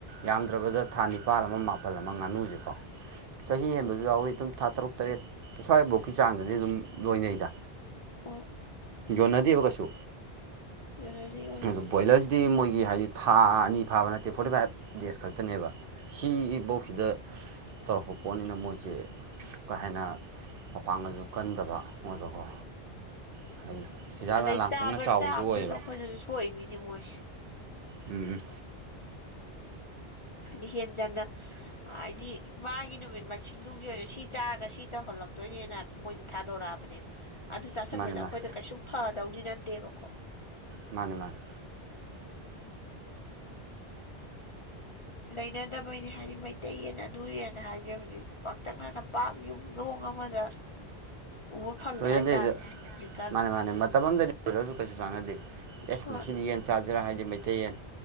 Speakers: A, on the right; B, on the left.
A: ꯌꯥꯝꯗ꯭ꯔꯕꯗ ꯊꯥ ꯅꯤꯄꯥꯜ ꯑꯃ ꯃꯥꯄꯜ ꯑꯃ ꯉꯥꯅꯨꯁꯦꯀꯣ ꯆꯍꯤ
B: ꯍꯣꯏ
A: ꯍꯦꯟꯕꯁꯨ ꯌꯥꯎꯏꯤ ꯑꯗꯨꯝ ꯊꯥ ꯇꯔꯨꯛ ꯇꯔꯦꯠ ꯁ꯭ꯋꯥꯏꯐꯧꯀꯤ ꯆꯥꯡꯗꯗꯤ ꯑꯗꯨꯝ ꯂꯣꯏꯅꯩꯗ
B: ꯍꯣꯏ
A: ꯌꯣꯟꯅꯗꯦꯕ ꯀꯩꯁꯨ
B: ꯑꯣꯏꯔꯅꯤ ꯑꯣꯏꯔꯅꯤ
A: ꯑꯗꯨ ꯕꯣꯏꯂꯔ ꯗꯤ ꯃꯣꯏꯒꯤ ꯍꯥꯏꯗꯤ ꯊꯥ ꯑꯅꯤ ꯐꯥꯕ ꯅꯠꯇꯦ ꯐꯣꯔꯇꯤ ꯐꯥꯏꯚ ꯗꯦꯖ ꯈꯛꯇꯅꯦꯕ ꯁꯤꯐꯧꯁꯤꯗ ꯇꯧꯔꯛꯄ ꯄꯣꯠꯅꯤꯅ ꯃꯣꯏꯁꯦ ꯀꯩ ꯍꯥꯏꯅꯤ ꯃꯄꯥꯡꯒꯜꯁꯨ ꯀꯟꯗꯕ ꯃꯣꯏꯕꯀꯣ <unintelligible>
B: ꯑꯗꯩ
A: ꯂꯥꯡꯊꯛꯅ
B: ꯆꯥꯕ
A: ꯆꯥꯎꯕꯁꯨ
B: ꯆꯥꯕꯗꯁꯨ
A: ꯑꯣꯏꯌꯦꯕ
B: ꯑꯩꯈꯣꯏꯗꯁꯨ ꯁꯣꯛꯏꯕꯤꯅꯤ ꯃꯣꯏ
A: ꯎꯝ
B: ꯍꯥꯏꯗꯤ ꯍꯦꯟꯖꯟꯅ ꯍꯥꯏꯗꯤ ꯃꯥꯒꯤ ꯅꯨꯃꯤꯠ ꯃꯁꯤꯡꯗꯨꯒꯤ ꯑꯣꯏꯅ ꯁꯤ ꯆꯥꯔꯒ ꯁꯤ ꯇꯧꯍꯜꯂꯛꯇꯣꯏꯅꯦꯅ ꯃꯣꯏꯗꯤ ꯊꯥꯗꯣꯔꯛꯑꯕꯅꯦꯕ ꯑꯗꯨ ꯆꯥꯥꯁꯟꯕꯗ
A: ꯃꯥꯅꯦ ꯃꯥꯅꯦ
B: ꯑꯩꯈꯣꯏꯗ ꯀꯩꯁꯨꯝ ꯐꯗꯧꯗꯤ ꯅꯠꯇꯦꯕꯀꯣ
A: ꯃꯥꯅꯦ ꯃꯥꯅꯦ
B: ꯂꯩꯅꯗꯕꯩꯅꯤ ꯍꯥꯏꯗꯤ ꯃꯩꯇꯩꯌꯦꯅ ꯑꯗꯨꯌꯦꯅ ꯍꯥꯏꯁꯦ ꯍꯧꯖꯤꯛ ꯄꯥꯛꯇꯛꯅꯅ ꯄꯥꯛ ꯌꯨꯝꯗꯣꯡ ꯑꯃꯗ ꯎꯕ ꯐꯪꯗꯦ
A: ꯂꯣꯏꯖꯗꯦꯗ
B: ꯍꯥꯏꯇꯥꯔꯦꯅꯦ ꯍꯧꯖꯤꯛꯀꯥꯟꯁꯦ
A: ꯃꯥꯅꯦ ꯃꯥꯅꯦ ꯃꯇꯝ ꯑꯃꯗꯅꯤ <unintelligible> ꯀꯩꯁꯨ ꯆꯥꯟꯅꯗꯦ ꯑꯦ
B: ꯍꯣꯏ
A: ꯉꯥꯁꯗꯤ ꯌꯦꯟ ꯆꯥ <unintelligible> ꯍꯥꯏꯗꯤ ꯃꯩꯇꯩꯌꯦꯟ